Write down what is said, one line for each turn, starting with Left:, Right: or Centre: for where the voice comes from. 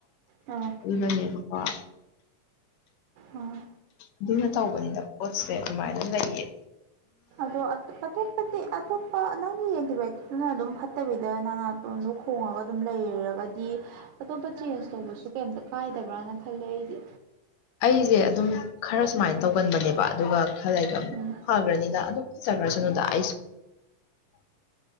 Right: ꯑꯥ
Left: ꯑꯗꯨꯅꯅꯦꯕꯀ‌ꯣ
Right: ꯑꯥ
Left: ꯑꯗꯨꯅ ꯇꯧꯕꯅꯤꯅ ꯄꯣꯠꯁꯦ ꯑꯗꯨꯃꯥꯏꯅ ꯂꯩꯌꯦ
Right: ꯑꯗꯣ ꯑꯇꯣꯞꯄꯗꯤ ꯑꯇꯣꯞꯄ ꯅꯪꯒꯤ ꯑ‌ꯦꯟꯇꯤ ꯕꯥꯏꯌ‌ꯣꯇꯤꯕ ꯑꯗꯨꯅ ꯑꯗꯨꯝ ꯐꯠꯇꯕꯤꯗ ꯅꯅꯥꯇꯣꯟꯗꯣ ꯈꯣꯡꯉꯒ ꯑꯗꯨꯝ ꯂꯩꯔꯒꯗꯤ ꯑꯇꯣꯞꯄ ꯆꯦꯟꯖ ꯇꯧꯕꯁꯨ ꯀꯩꯝꯇ ꯀꯥꯏꯗꯕ꯭ꯔꯅ ꯈꯜꯂꯦ ꯑꯩꯗꯤ
Left: ꯑꯩꯁꯦ ꯑꯗꯨꯝ ꯈꯔ ꯁꯨꯃꯥꯏꯅ ꯇꯧꯒꯟꯕꯅꯦꯕ ꯑꯗꯨꯒ ꯈꯜꯂꯒ
Right: ꯎꯝ
Left: ꯐꯈ꯭ꯔꯅꯤꯗ ꯑꯗꯨꯝ ꯐꯠꯖꯈ꯭ꯔꯁꯅꯨꯗ ꯑꯩꯁꯨ